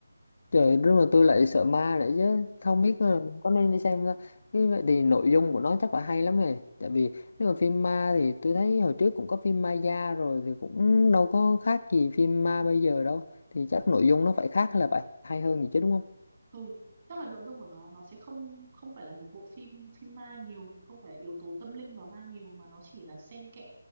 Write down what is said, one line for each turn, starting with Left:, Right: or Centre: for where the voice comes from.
Left: trời nhưng mà tôi lại sợ ma lại chứ không biết là có nên đi xem không ta. cái vậy thì nội dung của nó chắc phải hay lắm này tại vì nếu mà phim ma thì tôi thấy hồi trước cũng có phim Maya rồi thì cũng đâu có khác gì phim ma bây giờ đâu thì chắc nội dung nó phải khác hay là phải hay hơn gì chứ đúng không
Right: ừ tức là nội dung của nó nó sẽ không không phải là một bộ phim phim ma nhiều không phải yếu tố tâm linh và ma nhiều mà nó chỉ là xen kẽ